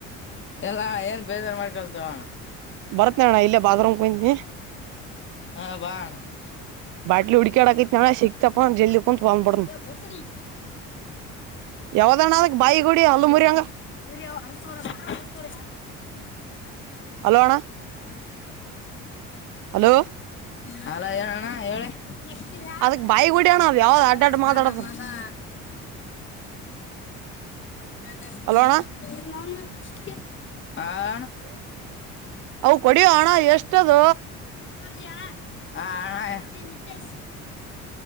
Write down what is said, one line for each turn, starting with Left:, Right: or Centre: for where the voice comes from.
Left: ಇಲ್ಲ ಏನ್ ಬೇಜಾರ ಮಾಡಿಕೊಳ್ಳಲಾ ತಗೋ ಅಣ್ಣ
Right: ಬರ್ತೀನಿ ಅಣ್ಣ ಇಲ್ಲೇ ಬಾತ್ರೂಮಲ್ಲಿ ಕುಂತಿನಿ
Left: ಹಾ ಬಾ ಅಣ್ಣ
Right: ಬಾಟ್ಲು ಹುಡುಕಾಡೋಕೆ ಆತ್ತಿನಿ ಅಣ್ಣ ಸಿಕ್ತಪ ಜಲ್ದಿ ಕುಂತ್ ಬಂದ್ಬಿಡ್ತನ
Left: ಹೇ ಬೋಸುಡಿ
Right: ಯಾವ್ದಣ್ಣ
Left: ಆ.....
Right: ಅದಕ್ ಬಾಯಿ ಗುಡಿ ಹಲ್ಲು ಮುರಿ ಹಂಗ
Left: ಸೂರ್ಯ ಅರಸಿ ನೋಡು ಅರಸ್ ನೋಡೋ ಯಾರ
Right: ಹಲೋ ಅಣ್ಣ
Left: ಹ...
Right: ಹಲೋ....
Left: ಹಲೋ ಹೇಳಣ್ಣ ಹೇಳ ನೆಕ್ಸ್ಟ್ ಇದ
Right: ಅದಕ್ ಬಾಯಿ ಗುಡಿ ಅಣ್ಣ ಅದ್ ಯಾವ್ದ್
Left: ನದಾ
Right: ಅಡ್ಡಾಡ್
Left: ನಾನಮ್ಮದಾ
Right: ಮಾತಾಡದ
Left: ಲ....
Right: ಹಲೋ ಅಣ್ಣ
Left: ನಿಮೌನು <unintelligible> ಹೇ....... ಆ... ಅಣ್ಣ
Right: ಅವುಕ್ಕೆ ಹೊಡೆಯೋ ಅಣ್ಣ ಎಷ್ಟು ಆದ
Left: ನೋಡ್ರಿ ಅಣ್ಣ.. ಆ ಅಣ್ಣ...... ನಿತೇಶ್